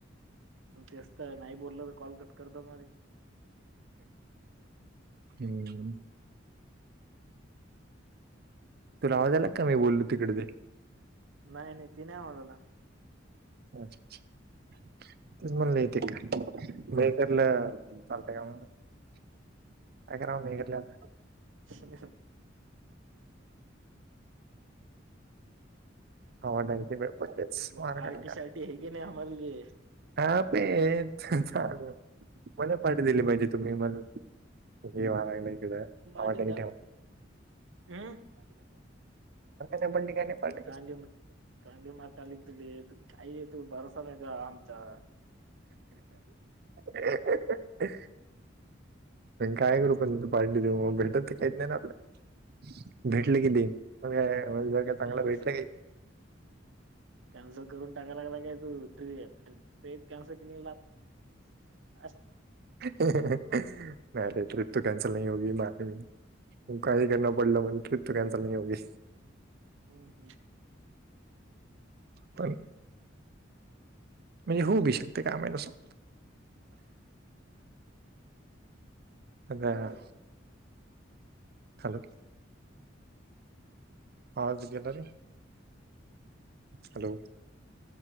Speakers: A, on the right; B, on the right.
A: ते असत नाही बोललं तर कॉल कट करतात मध्ये
B: हम्म तूलावायला का मी बोललो तिकडे ते
A: नाही नाही ती नाही आवाला
B: अच्छ अच्छा तेच म्हणलं येते का मकरला चालतय का मगय का ना मेघलं आता
A: ह
B: हवा ंगती बे पकेच
A: मग
B: मार
A: पार्टी
B: कर
A: शार्टी हे की नाही हमारे लिए
B: हा पे चालेू मला पाठी दिली पाहिजे तुम्ही मारयला इकडें
A: पार्टी
B: ठ
A: झाल हम्म
B: ख
A: म चांगडी मार कालिन तलीेत आई तू भरसा नाही का आमचा
B: अरे काय करू पण पार्टी देऊ मग भेटत की काहीत नाही ना आपल्याला भेटले की दे अ
A: कॅन
B: तंग वेटले का
A: कॅन्सल करून टाकाय लागला काय तू ट ट्रेप कॅन्सल केली <unintelligible>
B: नाही रे ट्रिप त कॅंसल नाही हो <unintelligible> तू काहीही करना पडला म्हण ट्रिप त कनसल नाही व्हायची.
A: हम् हम्.
B: पण होऊ बी शकते. काए माहीत असं. <unintelligible>
A: बर
B: हॅलो. आवाज गेला रे. हॅलो.